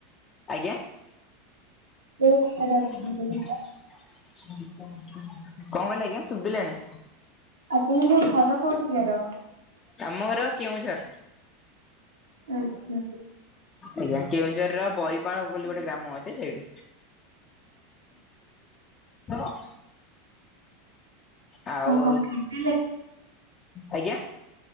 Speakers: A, on the left (about 30°); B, on the right (about 80°).
A: ଆଜ୍ଞା।
B: କୋଉଠିକାର
A: କଣ କହିଲେ
B: ଆପଣଙ୍କ ଘର
A: ଆଜ୍ଞା ଶୁଭିଲାନି?
B: ଆପଣଙ୍କ ଘର କୋଉଠିିକାର?
A: ଆମର କେଉଁଝର।
B: ଆଚ୍ଛା।
A: ଆଜ୍ଞା କେଉଁଝର ର ବରିପାଳ ବୋଲି ଗୋଟେ ଗ୍ରାମ ଅଛି ସେଇଠି। <unintelligible> ଆଉ
B: କଣ ଖାଇସାରିଲେଣି?
A: ଆଜ୍ଞା।